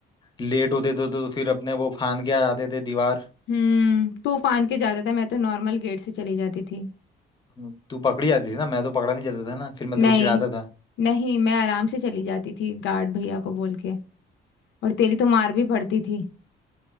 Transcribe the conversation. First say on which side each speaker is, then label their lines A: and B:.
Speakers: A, on the left; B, on the left.
A: लेट होते थे तो फिर अपने वो फान के आ जाते थे दीवार
B: हम्म तू फांद के जाता था मैं तो नॉर्मल गेट से चली जाती थी
A: हम्म, तू पकड़ी जाती थी ना मैं तो पकड़ा नहीं जाता था ना फिर मैं
B: नहीं
A: तो चिढ़ाता था
B: नहीं मैं आराम से चली जाती थी गार्ड भैया को बोल के और तेरी तो मार भी पड़ती थी